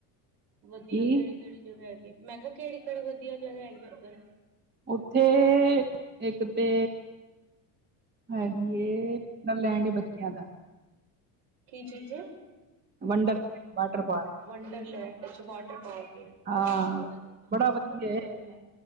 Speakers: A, on the right; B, on the right.
A: ਵਧੀਆ
B: ਕੀ
A: ਕਿਹੜੀ- ਕਿਹੜੀ ਜਗਾ ਹੈਗੀ। ਮੈਂ ਕਿਹਾ ਕਿਹੜੀ- ਕਿਹੜੀ ਵਧੀਆ ਜਗਾ ਹੈਗੀ ਉੱਧਰ।
B: ਓਥੇ ਇੱਕ ਤੇ ਹੈਗੀਏ। ਵੰਡਰਲੈਂਡ ਏ ਬੱਚਿਆਂ ਦਾ।
A: ਕੀ ਚੀਜ਼ ਏ?
B: ਵੰਡਰਲੈਂਡ ਵਾਟਰ ਪਾਰਕ
A: ਵੰਡਰਲੈਂਡ, ਅੱਛਾ ਵਾਟਰਟਰ ਪਾਰਕ, ਏ
B: ਹਾਂ
A: ਅੱਛਾ।
B: ਬੜਾ ਵਧੀਆ ਐ।
A: ਚਲੋ